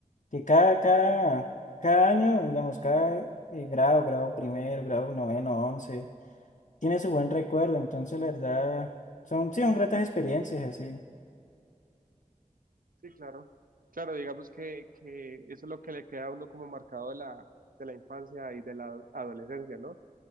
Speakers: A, on the left; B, on the right.
A: que cada, cada, cada año, digamos, cada eh, grado, grado primero, grado noveno, once. tiene su buen recuerdo, entonces la verdad son, sí, son gratas experiencias, así.
B: Sí, claro. Claro, digamos que, que eso es lo que le queda a uno como marcado de la, de la infancia y de la adolescencia, ¿no?